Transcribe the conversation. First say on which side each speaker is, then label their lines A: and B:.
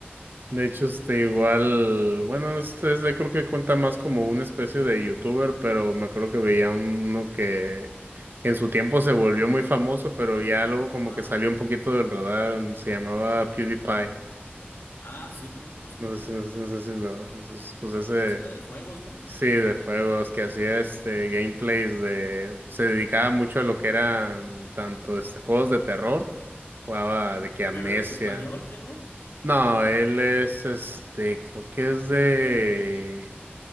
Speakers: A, on the right (about 55°); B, on the left (about 70°).
A: de hecho,
B: Eh,
A: este igual, bueno,
B: ajá.
A: este, este creo que cuenta más como una especie de youtuber, pero me acuerdo que veía un- uno que, que en su tiempo se volvió muy famoso, pero ya luego como
B: ¿Cuál?
A: que salió un poquito del radar, se llamaba PewDiePie.
B: Ah, sí, cómo no, sí
A: No
B: me acuerdo.
A: sé, no sé, no sé si lo, esos, pues ese,
B: Ese era de juegos, ¿no?
A: sí, de
B: ¿O de qué
A: juegos
B: era?
A: que hacía este gameplays de, pues, se dedicaba mucho a lo que eran tanto este juegos de terror, jugaba de que Amnesia.
B: Pero él es español, ¿qué no?
A: No, él es este, creo que es de